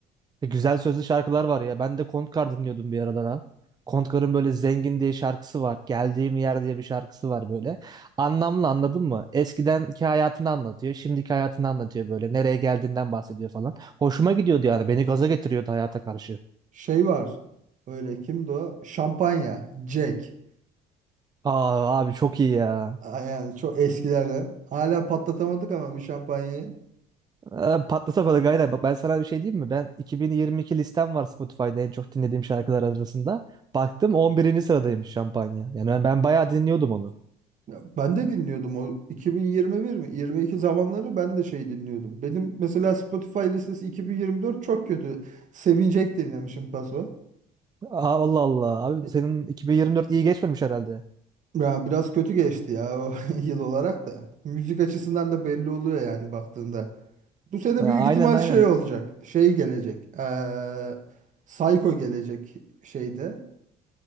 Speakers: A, on the right; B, on the right.
A: E, Güzel sözlü şarkılar var ya. Ben de Kontkar dinliyordum bir aralar ha. Kontkar'ın böyle Zengin diye şarkısı var. Geldiğim Yer diye bir şarkısı var böyle. Anlamlı anladın mı? Eskidenki hayatını anlatıyor. Şimdiki hayatını anlatıyor böyle. Nereye geldiğinden bahsediyor falan. Hoşuma gidiyordu yani. Beni gaza getiriyordu hayata karşı.
B: Şey var. Öyle kimdi o? Şampanya. Jack.
A: Aa abi çok iyi ya.
B: Aa, Yani çok eskilerden. Hala patlatamadık ama bir şampanyayı.
A: Ee, patlatamadık aynen. Bak ben sana bir şey diyeyim mi? Ben 2022 listem var Spotify'da en çok dinlediğim şarkılar arasında. Baktım 11. sıradaymış Şampanya. Yani ben ben bayağı dinliyordum onu.
B: Ya ben de dinliyordum o 2021 mi? 22 zamanları ben de şey dinliyordum. Benim mesela Spotify listesi 2024 çok kötü. Sevinecek dinlemişim paso.
A: Aa, Allah Allah. Abi
B: E,
A: senin 2024 iyi geçmemiş herhalde.
B: Ya biraz kötü geçti ya o <laughs> yıl olarak da. Müzik açısından da belli oluyor yani baktığında. Bu sene
A: Ha,
B: büyük ihtimal
A: Aynen aynen.
B: şey olacak. Şey gelecek. Eee Psycho gelecek şeyde.